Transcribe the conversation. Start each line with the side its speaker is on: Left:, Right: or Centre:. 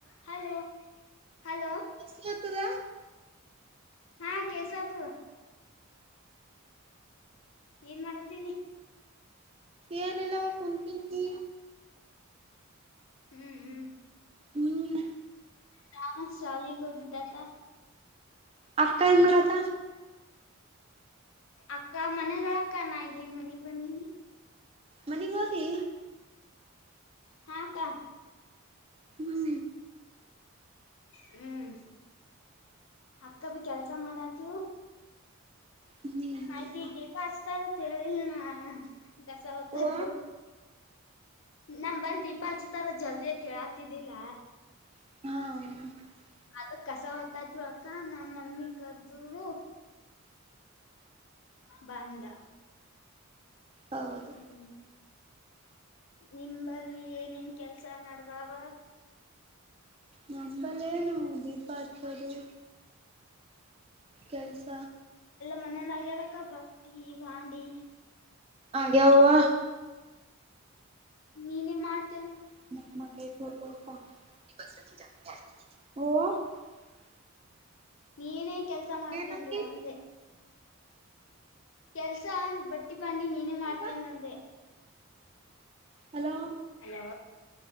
Left: Hello hello
Right: ಎಷ್ಟತದ
Left: ಹಾ ಕಸತು ಏನ್ ಮಾಡತೀರಿ
Right: ಏನಿಲ್ಲವ್ವ ಕುಂತೀನಿ
Left: ಹ್ಮ್ ಹ್ಮ್
Right: ಹ್ಮ್
Left: ನಾಾನ ಶಾಲೆಗೆ ಹೋಗಿದ್ದಕ್ಕ
Right: ಅಕ್ಕಾಯ ಮಡತ
Left: ಅಕ್ಕ ಮನಗಳ ಅಕ್ಕ ನ ಇಲ್ಲಿಗ್ ಮನೆಗ್ ಬಂದೀನಿ
Right: ಮನೆಗ್ ಹಓದಿ
Left: ಹಾಕ್ಕಾ
Right: ಹ
Left: ಹ್ಮ್ ಅಕ್ಕ ಬಿ ಕೆಲ್ಸ ಮಾಡಾತು
Right: ಹ್ಮ್
Left: ಆಯ್ತ ಈ ಗೇಪ ಹಚ್ತದತ್ ಹೇಳಿಲ್ನಾ ಕಸ ಹೊತ್ತಾದ್ರು
Right: ಓ
Left: ನಮ ಬಲ್ ದೀಪಾ ಹಚುತಾರ ಜಲ್ದಿಯ ಕೇಳಾತಿದ್ದಿಲ್ಲ
Right: ಹ್ಮ
Left: ಅದ ಕಸ ಹೊತ್ತಾಯತ್ ಅಕ್ಕ ನಮ್ಮ ಮಮ್ಮಿ ಕರ್ದರು ಬಂದ
Right: ಹೌದು
Left: ಹ್ಮ್ ನಿಂಬಲ್ಲಿ ಏನೇನ್ ಕೆಲ್ಸ ನಡ್ದಾವ
Right: ನಂಬಲ್ಲ ಏನು ದೀಪ ಹತ್ರಿ ಕೆಲಸ
Left: ಮನದೆ ಅಕ್ಕಾ ಬಟ್ಟಿ ಬಾಂಡಿ
Right: ಆಗ <unintelligible>
Left: ನೀನೇ ಮಾಡ್
Right: <unintelligible> <unintelligible>
Left: ನೀನೇ ಕೆಲ್ಸ ಮಾಡ್ತೀನ್ಲಾ
Right: ಏನಂತಿ
Left: ಅಂದೆ ಕೆಲ್ಸಾ ಬಟ್ಟಿ ಬಂಡಿ ನೀನೇ ಮಾಡ್ತೇನ್
Right: ಹಿಂಗ
Left: ಒಂದೆ
Right: ಹಲೋ
Left: ಹಲೋ